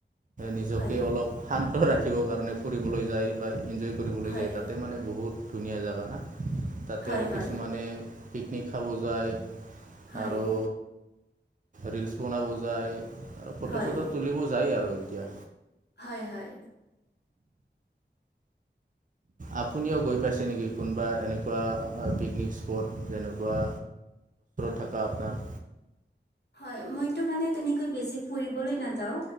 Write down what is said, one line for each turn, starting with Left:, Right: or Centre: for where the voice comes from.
Right: নিজকে
Left: হয়
Right: অলপ শান্ত ৰাখিব কাৰণে ফুৰিবলৈ যায় বা এনজয় কৰিবলৈ
Left: হয়
Right: যায় তাতে মানে, বহুত ধুনীয়া জোগা না তাতে
Left: হয়
Right: আৰু কিছুমানে
Left: হয়
Right: পিকনিক খাব যায়
Left: হয়,
Right: আৰু ৰিলচ বনাব যায়, আৰু ফটো
Left: হয়
Right: চটো তুলিব যায় আৰু এতিয়া
Left: হয়, হয়
Right: আপুনিও গৈ পাইছে নেকি কোনোবা এনেকুৱা পিকনিক স্পট যেনেকুৱা <unintelligible> আপোনাৰ
Left: হয়, মইতো মানে, তেনেকৈ বেছি ফুৰিবলৈ নাযাও